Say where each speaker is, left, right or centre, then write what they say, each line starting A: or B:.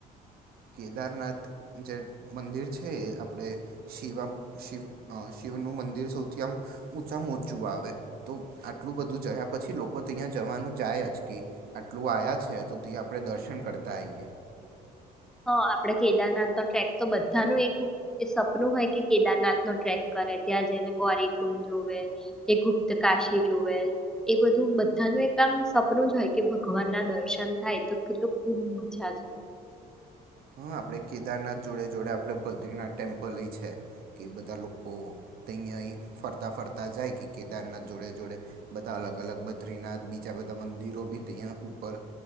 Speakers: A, on the right (about 65°); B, in the centre.
A: કેદારનાથ જે મંદિર છે એ આપણે શિવા શિવ અહ શિવનું મંદિર સૌથી આમ ઊંચામાં ઊંચું આવે તો આટલું બધું જયા પછી લોકો ત્યાં જવાનું જાય જ કે આટલું આયા છે તો ત્યાં આપણે દર્શન કરતા આઈએ.
B: તો આપડે કેદારનાથ નો ટ્રેક તો બધાનું એક એ સપનું હોય કે કેદારનાથ નો ટ્રેક કરે, ત્યાં જઈને ગોરીકુંડ જોવે, કે ગુપ્ત કાશી જોવે એ બધું બધાનું એક આમ સપનું જ હોય કે ભગવાન ના દર્શન થાય તો કેટલું ખુબ મજા છે.
A: હા આપણે કેદારનાથ જોડે જોડે આપણે બદ્રીનાથ ટેમ્પલએય છે કે બધા લોકો તહીં અહીં ફરતા ફરતા જાય કે કેદારનાથ જોડે જોડે બધા અલગ અલગ બદ્રીનાથ બીજા બધા મંદિરો બી તહીંયા ઉપર